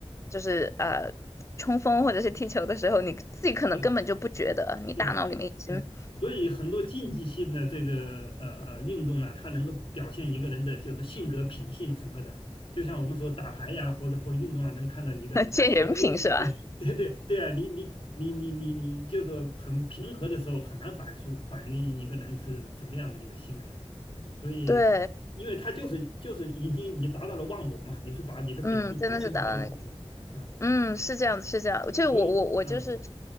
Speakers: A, on the left; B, on the left.
A: 就是呃冲锋或者是踢球的时候，你自己可能根本就不觉得，
B: 对。
A: 你大脑里面已经
B: 对啊，对啊，所以很多竞技性的这个呃呃运动呢，它能够表现一个人的就是性格、品性什么的。就像我们说打牌呀，或者或者运动啊，能看到一个人，
A: <laughs> 见人品是吧？
B: 哎，哎对对对啊，你你你你你你，就是很平和的时候，很难反出反映一个人是怎么样的一个性格的。所以，
A: 对，
B: 因为他就是就是已经你达到了忘我嘛，你是把你的本性完全暴露出来了，
A: 嗯，真的是达到那个。
B: 嗯，
A: 嗯，是这样子，是这样就我我我就是，
B: 所以，嗯